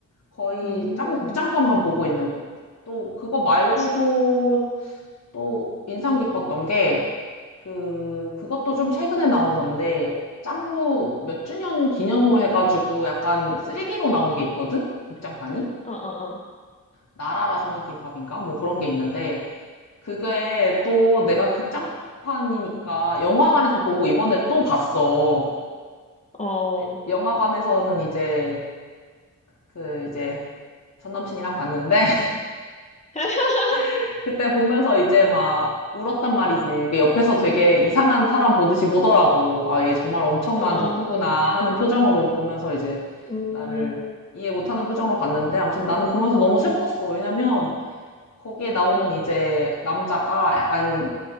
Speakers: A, on the left; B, on the left.
A: 거의
B: 음,
A: 짱구 극장판만 보고 있는 것 같아. 또, 그거 말고도
B: 진,
A: 또 인상 깊었던 게, 그, 그것도 좀 최근에 나온 건데, 짱구 몇 주년 기념으로 해가지고 약간 3D로 나온 게 있거든? 극장판이?
B: 어, 어,
A: 나라라 삼각김밥인가? 뭐 그런 게 있는데, 그게 또 내가 극장판이니까 영화관에서 보고 이번에 또 봤어.
B: 어, 어,
A: 네, 영화관에서는 이제 그 이제 전 남친이랑 봤는데
B: <laughs>
A: <laughs> 그때 보면서 이제 막 울었단 말이지. 그 옆에서 되게 이상한 사람 보듯이 보더라고. 아, 얘 정말 엄청난
B: 어,
A: 덕후구나 하는 표정으로 보면서 이제
B: 음,
A: 나를 이해 못하는 표정으로 봤는데 아무튼 나는 보면서 너무 슬펐어. 왜냐면 거기에 나오는 이제 남자가 약간